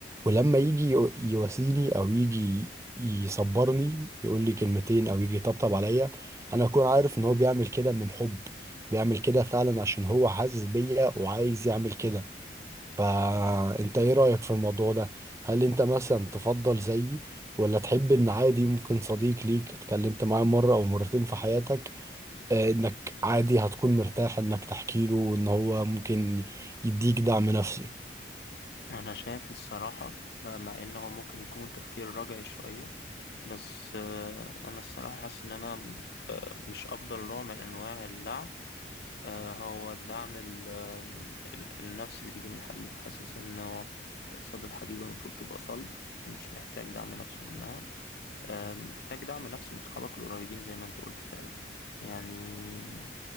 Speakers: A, on the right (about 15°); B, on the left (about 60°).
A: ولما يجي يو- يواسيني او يجي يصبرني يقول لي كلمتين او يجي يطبطب عليا انا اكون عارف ان هو بيعمل كده من حب بيعمل كده فعلا عشان هو حاسس بيا وعايز يعمل كده فانت ايه رأيك في الموضوع ده هل انت مثلا تفضل زيي ولا تحب ان عادي ممكن صديق ليك اتكلمت معاه مرة او مرتين في حياتك آه، انك عادي هتكون مرتاح انك تحكي له وان هو ممكن يديك دعم نفسي
B: انا شايف الصراحة بقى مع انه ممكن يكون تفكير رجعي شوية بس آه انا الصراحة حاسس ان انا مش أفضل نوع من أنواع الدعم آه، هو الدعم ال- آم، ال- النفسي اللي بيجي من الحبيبة حاسس إنه تقصد الحبيبة المفروض تبقى صلب مش محتاج دعم نفسي منها آم، محتاج دعم نفسي من صحابك القريبين زي ما أنت قلت فعلا يعني